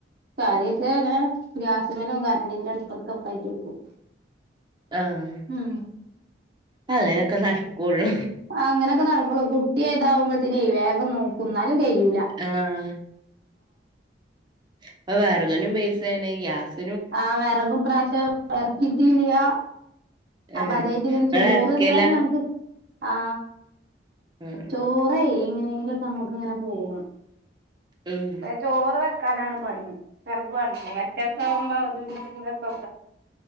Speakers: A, on the right (about 60°); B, on the right (about 25°).
A: കറിയൊക്കെ ഇങ്ങനെ ഗ്യാസുമലും കറണ്ടിന്റെ അടുപ്പത്തൊക്കെ ആയിട്ട് വെക്കും
B: ആഹ്
A: ഉം
B: അങ്ങനെയൊക്കെ നടക്കോളൂ
A: ആ അങ്ങനൊക്കെ നടക്കുള്ളൂ കുട്ടി ഏതാവുമ്പോഴത്തിനെ വേഗം നോ തിന്നാലും കയ്യും
B: ആഹ് ഇപ്പ വെറകിനും പൈസേണ് ഗ്യാസ്
A: ആ വെറകും ഇപ്രാവശ്യം ഇറക്കീട്ട് ഇല്ല അപ്പൊ
B: ഏഹ്.
A: അതായത് ഇങ്ങനെ
B: ഇങ്ങളെറക്കലാ?
A: ചോറ് എന്തായാലും ഞമ്മക്ക് ആ
B: ആഹ്.
A: ചോറേ എങ്ങനെയങ്കിലുംക്കെ നമുക്ക് ഇങ്ങനെ പോക
B: ഉം
A: ചോറ് വെക്കാനാണ് പണി വെറക് വേണ്ടേ മറ്റൊക്കെ ആവുമ്പോ അതൊക്കെ വെക്ക